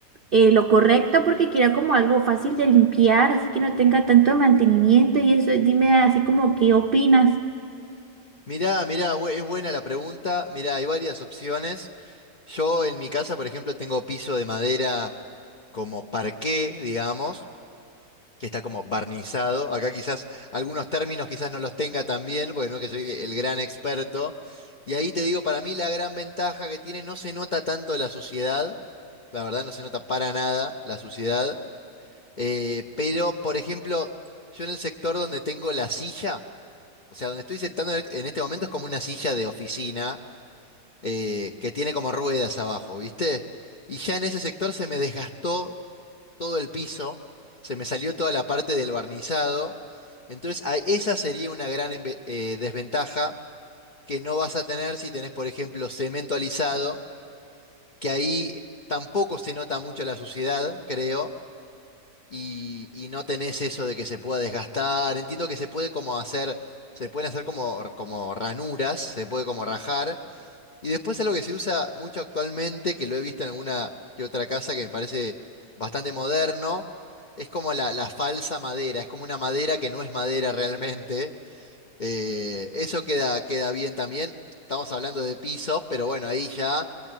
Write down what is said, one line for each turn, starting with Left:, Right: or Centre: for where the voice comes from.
Right: eh, lo correcto porque quiera como algo fácil de limpiar, así que no tenga tanto mantenimiento y eso, dime así como qué opinas.
Left: Mirá, mirá, bu- es buena la pregunta. Mirá, hay varias opciones. Yo en mi casa, por ejemplo, tengo piso de madera como parqué, digamos. que está como barnizado. Acá quizás algunos términos quizás no los tenga tan bien, porque no que soy el gran experto. Y ahí te digo, para mí la gran ventaja que tiene, no se nota tanto la suciedad, la verdad no se nota para nada la suciedad, Eh, pero por ejemplo, yo en el sector donde tengo la silla, o sea, donde estoy sentando en en este momento es como una silla de oficina eh, que tiene como ruedas abajo, ¿viste? Y ya en ese sector se me desgastó todo el piso, se me salió toda la parte del barnizado. Entonces, a- esa sería una gran embe- eh, desventaja que no vas a tener si tenés, por ejemplo, cemento alisado, que ahí tampoco se nota mucho la suciedad, creo, y, y no tenés eso de que se pueda desgastar. Entiendo que se puede como hacer, se pueden hacer como, como ranuras, se puede como rajar y después algo que se usa mucho actualmente, que lo he visto en alguna que otra casa que me parece bastante moderno, es como la, la falsa madera, es como una madera que no es madera realmente. Eh, eso queda, queda bien también. Estamos hablando de piso, pero bueno, ahí ya